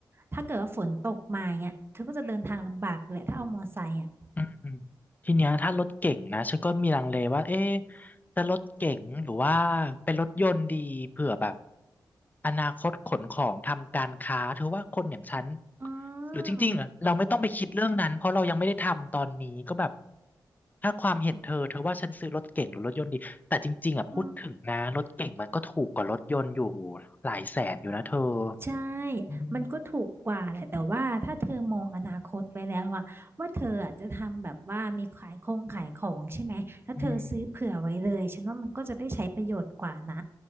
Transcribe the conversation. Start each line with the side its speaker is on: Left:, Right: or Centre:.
Right: ถ้าเกิดว่าฝนตกมาเนี่ยเธอก็จะเดินทางลำบากเลยถ้าเอามอไซค์อ่ะ
Left: อืมทีเนี้ยถ้ารถเก๋งนะฉันก็มีลังเลว่าเอ๊ะจะรถเก๋งหรือว่าเป็นรถยนต์ดีเผื่อแบบอนาคตขนของทำการค้าเธอว่าคนอย่างฉัน
Right: อ๋อ
Left: หรือจริงๆอะเราไม่ต้องไปคิดเรื่องนั้นเพราะเรายังไม่ได้ทำตอนนี้ก็แบบถ้าความเห็นเธอเธอว่าฉันซื้อรถเก๋งหรือรถยนต์ดีแต่จริงๆอ่ะพูดถึงนะรถเก๋งมันก็ถูกกว่ารถยนต์อยู่
Right: อืม
Left: หลายแสนอยู่นะเธอ
Right: ใช่
Left: อืม
Right: มันก็ถูกกว่าแหละแต่ว่าถ้าเธอมองอนาคตไว้แล้วอะว่าเธออะจะทำแบบว่ามีขายคงขายของใช่ไหมถ้าเธอซื้อเผื่อไว้เลยฉันว่ามันก็จะได้ใช้ประโยชน์กว่านะ
Left: อืม